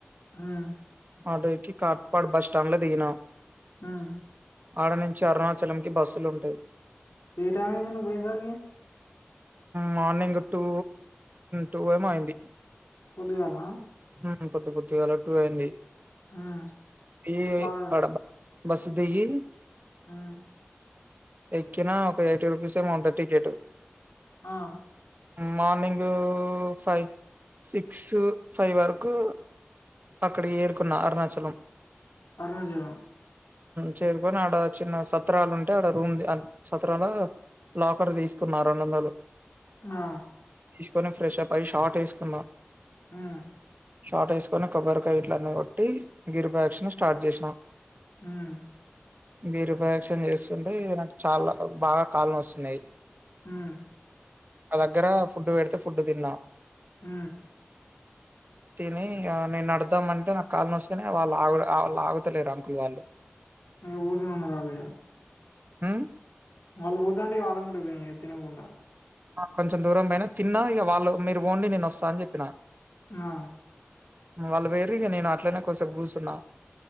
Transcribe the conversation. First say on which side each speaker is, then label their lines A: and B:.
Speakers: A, on the left; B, on the right.
A: ఉమ్
B: ఆటో ఎక్కి కార్పొట్ బస్ స్టాండ్ లో దిగిన
A: ఉమ్
B: ఆడ నుంచి అరుణాచలంకి బస్సులు ఉంటాయి
A: ఏ టైమయింది నువ్ పోయేసరికి
B: మార్నింగ్ టూ టూ ఎం అయింది.
A: పొద్దుగల
B: ఉ పొద్దు పొద్దుగాల టు అయింది
A: ఉమ్
B: ఈ
A: లాగా
B: ఆడ బస్ దిగి
A: ఉమ్
B: ఎక్కిన ఒక ఎయిటీ రూపీస్ ఏమో ఉంటది టికెట్
A: ఆ
B: మార్నింగ్ ఫైవ్ సిక్స్ కు ఫైవ్ వరకు అక్కడికి ఏరుకున్న అరుణాచలం
A: అరుణాచలం
B: చేరుకొని ఆడ చిన్న సత్రాలు ఉంటే ఆడ రూమ్ సత్రాల లాకర్ తీసుకున్న రెండు వందల్
A: ఆ
B: తీసుకొని ఫ్రెష్ అప్ అయ్ షార్ట్ వేసుకున్నా
A: ఉమ్
B: షార్ట్ వేసుకొని కొబ్బరికా ఇట్లన్నీ కొట్టి గిరిప్రధక్షణ స్టార్ట్ చేసినా
A: ఉమ్
B: గిరిప్రదక్షిణ చేస్తుంటే నాకు చాలా బాగా కళ్ళు నోస్తున్నాయి.
A: ఉమ్
B: నా దగ్గర ఫుడ్ పెడితే ఫుడ్ తిన్
A: ఉ
B: తిని నేను నడుద్దాం అంటే నాకు కాళ్ళను వస్తేనే వాళ్ళు ఆగు వాళ్ళు ఆగుతలేరు. అంకులు వాళ్ళు చలో
A: అ బోజ ఉన్నారులయ
B: ఉమ్
A: వాళ్ పోతాంటే వాళ్ళమ్మిట పోయిన తిన్నకుండా
B: కొంచెం దూరం పోయిన తిన్నా ఇక వాళ్ళు మీరు ఓండి నేను వస్తా అని చెప్పినా.
A: ఆ
B: వాళ్ళు పోయిరి ఇక నేను అట్లనే కోస్సేపు కూస్సున్నా